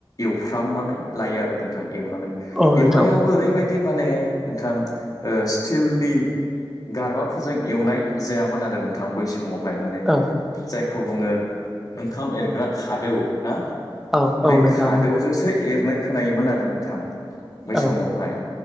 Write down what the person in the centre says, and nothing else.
औ नोंथां
औ
औ
औ नोंथां
औ